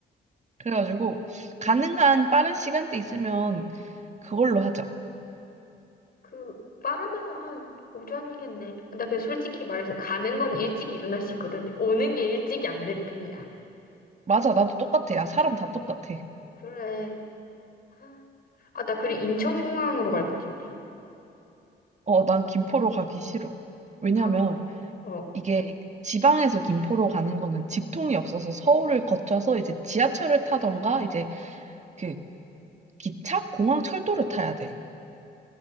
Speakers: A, on the right; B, on the left.
A: 그래가지고
B: 그, 응.
A: 가능한 빠른 시간대 있으면 그걸로 하자.
B: 그, 빠르면 한 오전이겠네. 나 그냥 솔직히 말해서 가는 건 일찍 일어날 수 있거든. 오는 게 일찍이 안 될 뿐이야.
A: 맞아, 나도 똑같아. 야, 사람 다 똑같아.
B: 뭐, 그래. 아, 아, 나 그리고 인천공항으로 갈 거지, 우리.
A: 어, 난 김포로 가기 싫어. 왜냐면
B: 나도. 어.
A: 이게 지방에서 김포로 가는 거는 직통이 없어서 서울을 거쳐서 이제 지하철을 타던가 이제 그 기차, 공항, 철도를 타야 돼.